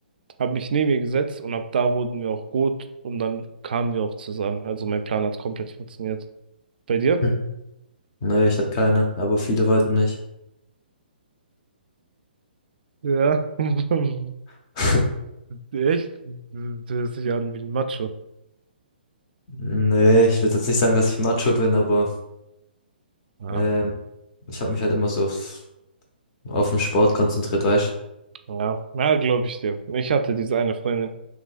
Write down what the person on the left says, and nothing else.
Hm. Nee, ich hatte keine, aber viele wollten nicht.
<laughs>
Nee, ich würde jetzt nicht sagen, dass ich Macho bin, aber
ähm, ich habe mich halt immer so auf, auf den Sport konzentriert, weißt